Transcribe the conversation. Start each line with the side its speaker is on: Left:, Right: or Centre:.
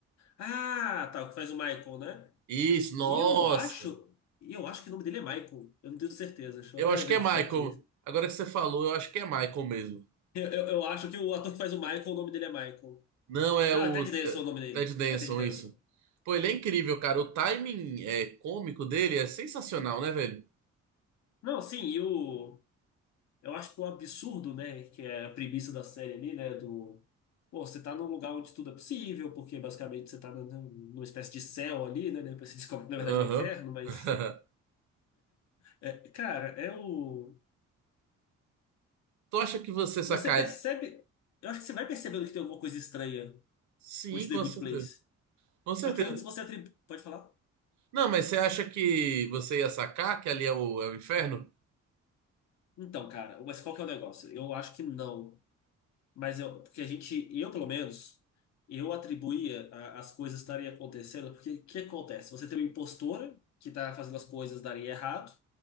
Left: Ah, tá, o que faz o Michael, né?
Right: Isso, nossa.
Left: E eu acho, e eu acho que o nome dele é Michael. Eu não tenho certeza. Deixa
Right: Eu
Left: eu até
Right: acho
Left: verificar
Right: que é Michael.
Left: aqui.
Right: Agora que você falou, eu acho que é Michael mesmo.
Left: Eu, eu, eu acho que o ator que faz o Michael, o nome dele é Michael.
Right: Não, é
Left: Não,
Right: o
Left: é Ted Danson
Right: é,
Left: o nome dele.
Right: Ted Danson,
Left: É Ted Danson.
Right: isso. Pô, ele é incrível, cara. O timing é, cômico dele é sensacional, né, velho?
Left: Não, sim, e o. Eu acho que o absurdo, né? Que é a premissa da série ali, né? Do. Pô, você tá num lugar onde tudo é possível, porque basicamente você tá num- numa espécie de céu ali, né? Depois você descobre que na verdade
Right: Aham.
Left: é um inferno, mas.
Right: <laughs>
Left: é, cara, é o.
Right: Tu acha que você saca-
Left: Você percebe. Eu acho que você vai percebendo que tem alguma coisa estranha
Right: Sim,
Left: com esse The
Right: com
Left: Good
Right: certeza.
Left: Place.
Right: Com certeza.
Left: Só que antes você atribui. Pode falar?
Right: Não, mas você acha que você ia sacar que ali é o, é o inferno?
Left: Então, cara, mas qual que é o negócio? Eu acho que não. Mas eu, porque a gente, eu pelo menos, eu atribuía a- as coisas estarem acontecendo, porque o que acontece? Você tem uma impostora que está fazendo as coisas darem errado,